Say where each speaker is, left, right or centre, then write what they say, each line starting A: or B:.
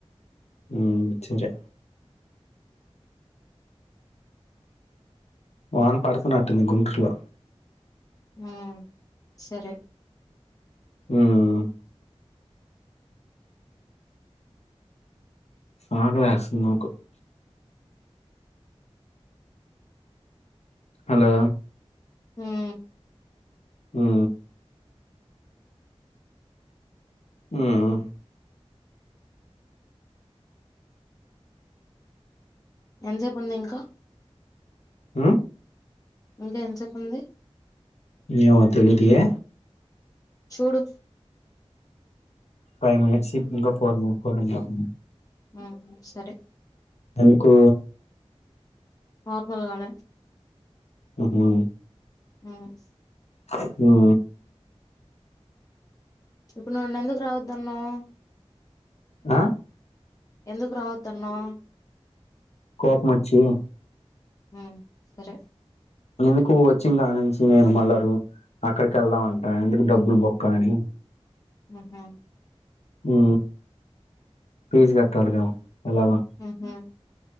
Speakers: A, on the left; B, on the left.
A: హ్మ సరే వాన్ పడుతునట్టు ఉంది గుంటురులో
B: ఆ సరే
A: హ్మ ఆకెళ్తేస్తుంది నాకు హలో
B: హ్మ్
A: హు హ్మ్
B: ఎంత సేపు ఉంది ఇంకా
A: హ్మ్
B: ఇంకా ఎంత సేపుంది
A: ఏమో తెలిదు యే
B: చూడు
A: ఫైవ్ మినట్స్ ఇంకా ఫోర్ అండఫ్ మిన్
B: హ్మ సరే
A: ఎందుకు
B: అకిలికలే
A: ఉహు
B: హ్మ్
A: హ్మ్ హ్మ
B: ఇప్పుడు నన్నేందుకు రావద్దన్నవ్
A: ఆ
B: ఎందుకు రావద్దన్నవ్
A: కోపం మచ్చి
B: హ్మ సరే
A: ఎందుకు వచ్చి ఇంకా నుంచి నేను మల్లరు అక్కడికెల్దామంటా ఎందుకు డబ్బులు బొక్క అని
B: హ్మ్ హ్మ
A: ఊ పీజ్ కట్టాలిగా ఎలాగో
B: ఉహు